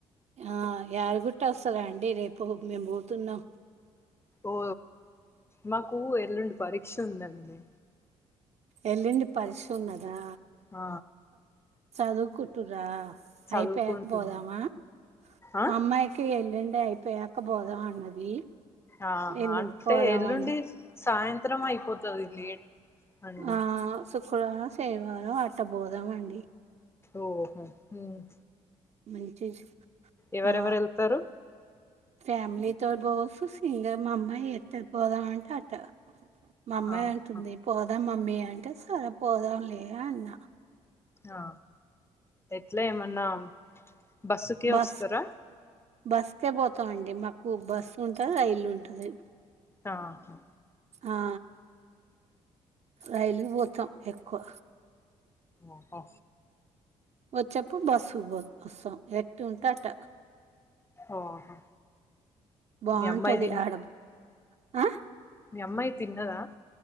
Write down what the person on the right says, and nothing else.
ఆ యాదిగుట్ట వ స్తారండి రేపు మేము పోతున్నాం
ఎల్లుండి పరీక్ష ఉన్నదా
చదువుకుట్టుర్రా
అయిపోయాక పోదామా
మా అమ్మాయికి ఎల్లుండి అయిపోయాక పోదాం అన్నది
ఎల్లుండి
పోదామండి
ఆ శుక్రవారం శనివారం అట్టబోదాం అండి
మంచి జు
ఆ,
ఫ్యామలీతో బోస్సు సింగ మామ్మాయ్ ఎత్తద్ పోదాం అంటే అట్ట మామ్మాయి
అంటుంది పోదాం మమ్మీ ఏ అంటే సరే పోదాంలే అన్నా
బస్
బస్కే పోతాం అండి, మాకు బస్సు ఉంటది, రైలుంటది.
ఆ రైలుకు పోతాం ఎక్కువ
వచ్చప్పుడు బస్సు పో వస్సాం ఎట్టుంటే అట్ట
బావుంటది
ఆడబ్ ఆ